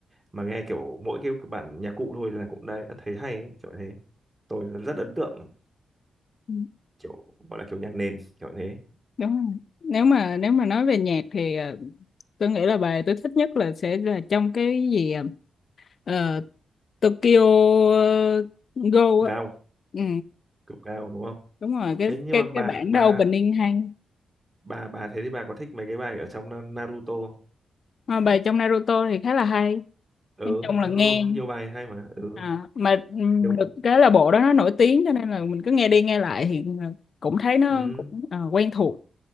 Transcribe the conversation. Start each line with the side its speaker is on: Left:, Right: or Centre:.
Right: mà nghe kiểu mỗi cái, cái bản nhạc cụ thôi là cũng đã thấy hay ấy, kiểu thế tôi rất rất ấn tượng
Left: Ừ,
Right: kiểu gọi là kiểu nhạc nền kiểu thế
Left: đúng rồi nếu mà nếu mà nói về nhạc thì ờ, tôi nghĩ là bài tôi thích nhất là sẽ là trong cái gì ờ, Tokyo ờ, Go
Right: gao
Left: á ừ.
Right: kiểu gao đúng không
Left: đúng rồi cái
Right: thế nhưng
Left: cái
Right: mà bà
Left: cái bản
Right: bà
Left: đó opening hay
Right: bà bà thế thì bà có thích mấy cái bài ở trong Na- Naruto không
Left: mà bài trong Naruto thì khá là hay
Right: ừ
Left: nói chung
Right: Naruto
Left: là nghe
Right: nó nhiều bài hay mà ừ
Left: à, mà ừm,
Right: nhiều
Left: được cái là bộ đó nó nổi tiếng cho nên là mình cứ nghe đi nghe lại thì cũng thấy nó
Right: ừ
Left: cũng ờ, quen thuộc